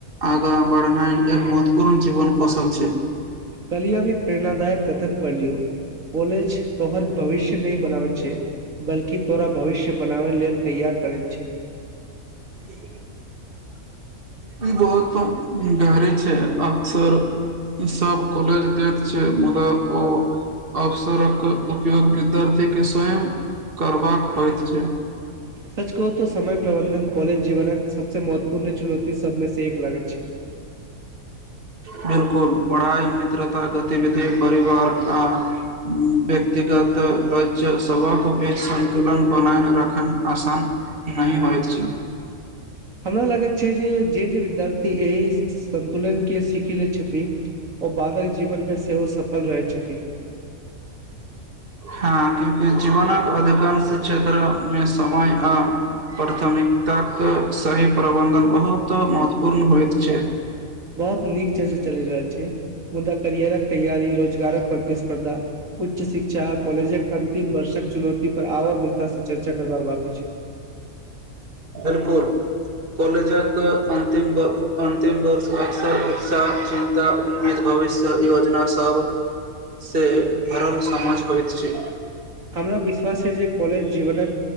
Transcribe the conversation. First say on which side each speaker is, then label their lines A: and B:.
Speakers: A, on the right; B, on the right.
A: आगाँ बढ़नाइ एक महत्वपूर्ण जीवन कौशल छै
B: कलियामे एक प्रेरणादायक कथन पढ़ लियौ कॉलेज तो हर भविष्य नहि बनाब छै बल्कि तोरा भविष्य बनाबै लेल तैयार करैत छै
A: <unintelligible> ई बहुत गहरी छै अक्सर सब कॉलेज देत मुदा ओ अवसरक उपयोग विद्यार्थी के स्वयं करबाक होइत छै
B: सच कहू तऽ समय प्रबन्धन कॉलेज जीवनक सबसँ महत्वपूर्ण चुनौती सबमे सँ एक लागैत छै
A: बिलकुल पढ़ाइ मित्रता गतिविधि परिवार आ व्यक्तिगत लक्ष्य सभक बीच सन्तुलन बना कऽ रखनाइ आसान नहि होइत छै
B: हमरा लागैत छै जे जे जे विद्यार्थी एहि सन्तुलनके सीखि लैत छथिन ओ बादक जीवनमे सेहो सफल रहैत छथिन
A: हँ क्यूंकि जीवनक अधिकांश क्षेत्रमे समय आ प्राथमिकताकेँ सही प्रबन्धन बहुत महत्वपूर्ण होइत छै
B: बहुत नीक चर्चा चलि रहल छै मुदा करियरक तैयारी रोजगारक प्रतिस्पर्धा उच्च शिक्षा आ कॉलेजक अन्तिम वर्षक चुनौती पर आओर विस्तारसँ चर्चा करबाक बाकी छै
A: बिलकुल कॉलेजक अन्तिम अन्तिम वर्ष अक्सर उत्साह चिन्ता उम्मीद भविष्यक योजनासँ सब सँ भरल समझ होइत छै
B: हमरा विश्वास छै जे कॉलेज जीवनक